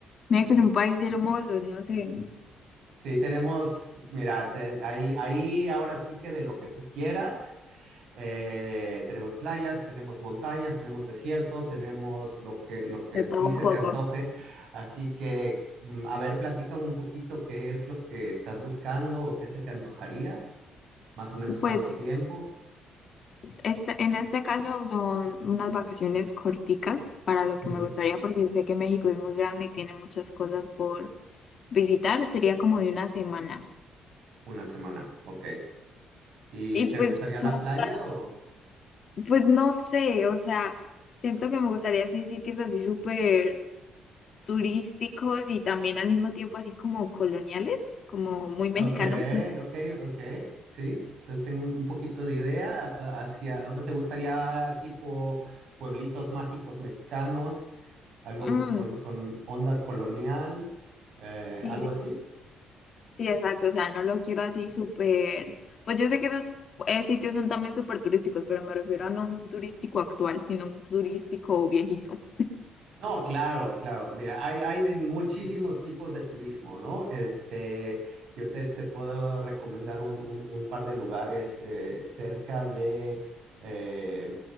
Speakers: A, on the left; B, on the right.
A: México es un país hermoso, no sé,
B: Sí, tenemos, mira, te- ahí, ahí ahora sí que de lo que tú quieras. Eh, tenemos playas, tenemos montañas, tenemos desierto, tenemos lo que, lo que
A: de
B: a
A: todo
B: ti
A: un
B: se
A: poco.
B: te antoje. Así que, mm, a ver, platícame un poquito qué es lo que estás buscando o qué se te antojaría, más o menos
A: Pues
B: cuánto tiempo.
A: este, en este caso son unas vacaciones corticas para lo que
B: Ujú,
A: me gustaría porque sé que México es muy grande y tiene muchas cosas por visitar, sería como de una semana.
B: Una semana, ok. ¿Y
A: Y
B: te
A: pues
B: gustaría
A: como
B: la playa
A: tal,
B: o...?
A: pues no sé, o sea... Siento que me gustaría así sitios así súper turísticos y también al mismo tiempo así como coloniales, como muy
B: Ok,
A: mexicanos.
B: ok, ok, sí, te- tengo un un poquito de idea a- hacia, o sea, ¿te gustaría tipo pueblitos mágicos mexicanos, algo
A: Mm,
B: mo- con, con onda colonial, eh,
A: sí,
B: algo
A: sí,
B: así?
A: sí, exacto. O sea, no lo quiero así súper. Pues yo sé que esos eh, sitios son también súper turísticos, pero me refiero a no un turístico actual, sino un turístico viejito.
B: No, claro, claro. Mira, hay, hay de muchísimos tipos de turismo, ¿no? Este, yo te, te puedo recomendar un, un- un par de lugares eh, cerca de, eh,